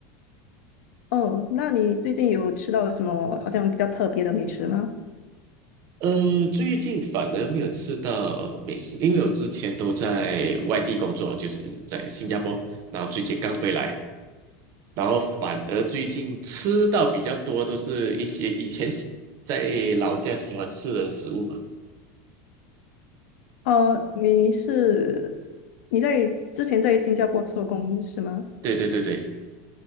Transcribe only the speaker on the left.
哦，那你最近有吃到什么好像比较特别的美食吗？
哦，你是你在之前在新加坡做工是吗？